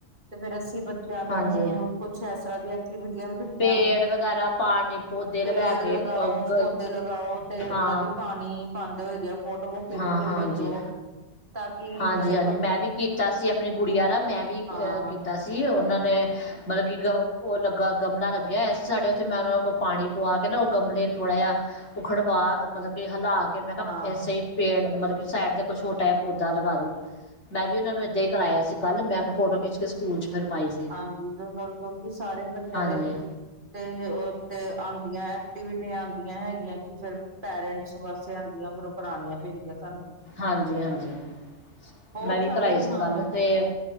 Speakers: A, on the right (about 45°); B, on the left (about 85°).
A: ਤੇ ਫਿਰ ਅਸੀਂ ਬੱਚ ਬੱਚਿਆਂ ਨੂੰ
B: ਹਾਂਜੀ।
A: ਕੁਛ ਇਸ ਤਰ੍ਹਾਂ ਦੀਆਂ ਐਕਟੀਵਿਟੀਆਂ ਵੀ ਦਿੱਤੀਆਂ
B: ਪੇੜ ਵਗੈਰਾ ਪਾਣੀ ਪੌਦੇ
A: ਪੇੜ
B: ਲਗਾ ਕੇ
A: ਲਗਾਓ,
B: ਹਾਂ
A: ਪੌਦੇ ਲਗਾਓ ਤੇ ਉਹਨਾਂ
B: ਹਾਂ
A: ਦੀ ਪਾਣੀ ਪਾਂਦੇ ਹੋਏ ਦੀਆਂ ਫੋ ਫੋਟੋ ਨੂੰ ਖਿੱਚ
B: ਹਾਂ
A: ਕੇ
B: ਹਾਂਜੀ।
A: ਭੇਜੋ। ਤਾਂ ਕਿ
B: ਹਾਂਜੀ-
A: ਇੱਕ
B: ਹਾਂਜੀ ਮੈਂ ਵੀ ਕੀਤਾ ਸੀ ਆਪਣੀ ਗੁੜੀਆ ਦਾ ਮੈਂ ਵੀ
A: ਹਾਂ
B: ਅਹ ਕੀਤਾ ਸੀ ਉਹਨਾਂ ਨੇ ਮਤਲਬ ਕਿ ਗ ਉਹ ਲੱਗਾ ਗਮਲਾ ਲੱਗਿਆ ਆ ਸੀ, ਸਾਡੇ ਉੱਥੇ ਮੈਂ ਉਹਨਾਂ ਕੋਲ ਪਾਣੀ ਪਵਾ ਕੇ ਨਾ ਉਹ ਗਮਲੇ ਨੂੰ ਥੋੜਾ ਜਿਹਾ ਉਖੜਵਾ ਮਤਲਬ ਕਿ ਹਿਲਾ ਕੇ ਮੈਂ ਕਿਹਾ
A: ਹਾਂ
B: ਇਸ ਸੇ ਹੀ ਪੇੜ ਮਤਲਬ ਸਾਈਟ ਤੇ ਕੁਛ ਹੋਰ ਟਾਈਪ ਹੋਤੀ ਲਗਾ ਦੋ ਮੈਂ ਵੀ ਉਹਨਾਂ ਨੂੰ ਏਦਾਂ ਹੀ ਕਰਾਇਆ ਸੀ, ਕੱਲ ਮੈਂ ਫੋਟੋ ਖਿੱਚ ਕੇ ਸਕੂਲ ਚ ਫਿਰ ਪਾਈ ਸੀ
A: ਹਾਂਜੀ ਤੇ ਬਿਲਕੁਲ ਕਿ ਸਾਰੇ ਬੱਚਿਆਂ
B: ਹਾਂਜੀ
A: ਦੇ ਤੇ ਤੇ ਦੀਆਂ ਐਕਟੀਵਿਟੀਆਂ ਆਂਦੀਆਂ ਹੈਗੀਆਂ, ਕਿ ਫੇਰ ਪੇਰੈਂਟਸ ਵਾਸਤੇ ਆਂਦੀਆਂ ਫੇਰ ਉਹ ਕਰਾਣੀਆਂ ਪੈਂਦੀਆਂ। ਸਾਨੂੰ ਵੀ
B: ਹਾਂਜੀ, ਹਾਂਜੀ
A: ਬਹੁਤ
B: ਮੈਂ ਵੀ
A: ਸਾਰੇ
B: ਕਰਾਈ ਸੀ
A: ਹਾਂ
B: ਕੱਲ ਤੇ ਇਹ